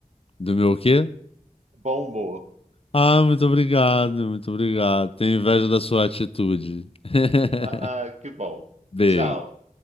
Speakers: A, on the left (about 45°); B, on the right (about 55°).
A: Do meu quê?
B: Bom humor.
A: Ah, muito obrigado, muito obrigado. Tenho inveja da sua atitude. <laughs>
B: Ah, que bom.
A: Beijo.
B: Tchau.